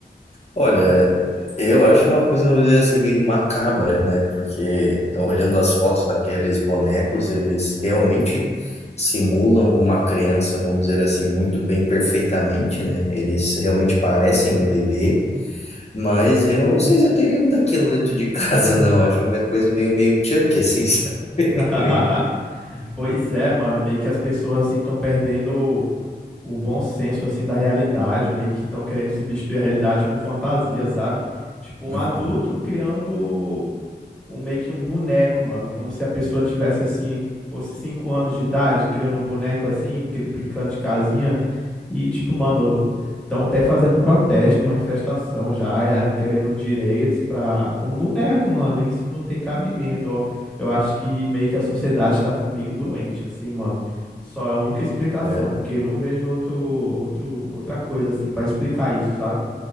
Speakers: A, on the left; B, in the centre.
A: Olha, eu acho uma coisa, vamos dizer assim, meio macabra, né? Porque eh, olhando as fotos daqueles bonecos, eles realmente simulam uma criança, vamos dizer assim, muito bem, perfeitamente, né? Eles realmente parecem um bebê, mas eu não sei se eu teria um daquilo dentro de <laughs> casa, não. Acho uma coisa meio, meio Chucky, assim, <laughs> sabe?
B: <laughs>
A: Meio...
B: Pois é, mano, meio que as pessoas assim estão perdendo o bom senso assim da realidade, meio que estão querendo substituir a realidade por fantasia, sabe? Tipo um
A: Uhum.
B: adulto criando um meio que um boneco, mano, como se a pessoa tivesse assim, fosse cinco anos de idade, criando um boneco assim, cri- brincando de casinha e tipo, mano, estão até fazendo protesto, manifestação já, é, querendo direitos para um boneco, mano. Isso não tem cabimento, ó. Eu acho que meio que a sociedade tá meio doente assim, mano. Só é a única explicação,
A: <laughs> É.
B: porque não vejo outro, outro, outra coisa assim para explicar isso, sabe?